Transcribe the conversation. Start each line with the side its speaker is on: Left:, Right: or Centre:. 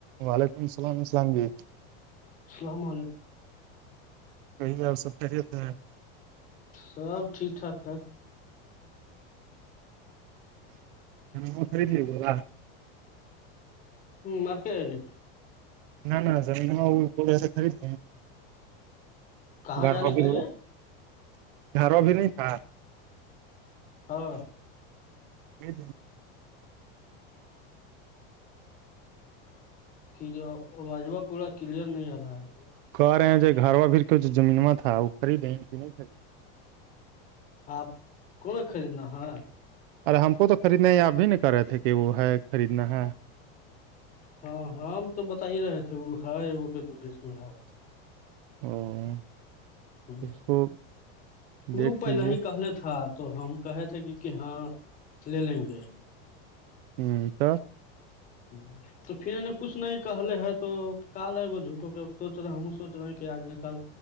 Right: وعلیکم السلام السلام جی
Left: السلام
Right: کہیں آپ سب پہے تھ ہیں
Left: سب ٹھیک ٹھاک ہے
Right: وہ تھریے بو رہا
Left: مارکیٹ
Right: نہ زمین وہ اے خرید
Left: کہاں
Right: گھر
Left: جانے
Right: و
Left: کے
Right: بھی
Left: لیے
Right: گھر و بھی نہیں تھا
Left: ہاں
Right: یہ
Left: کہ جو واجمہ پورا کلیئر نہیں آ رہا ہے جی
Right: کہ رہے ہیں جو گھروا بھیھر کے جو زمینواں تھا وہ خریدیں کہ نہیں خرید
Left: آپ کون خریدنا ہے
Right: ارے ہم کو تو خریدنا ہی آپ بھی نہیں کر رہے تھے کہ وہ ہے خریدنا ہے
Left: ہاں ہاں ہم تو بتا ہی رہے تھے وہ ہے وہ کے دو دیش میں ہے
Right: او <inaudible>
Left: ہ
Right: اس کو
Left: وہ
Right: دیکھ
Left: پہل
Right: لیجے
Left: ہی کہلے تھا تو ہم کہے تھے کہ کہ ہاں لے لیں گے
Right: ہوں تو
Left: ہوں تو پھر انیں کچھ نہیں کہلے ہے تو کال ہے وہ جھوٹوں کے سوچ رہے ہم سوچ رہے ہیں کہ آج نکال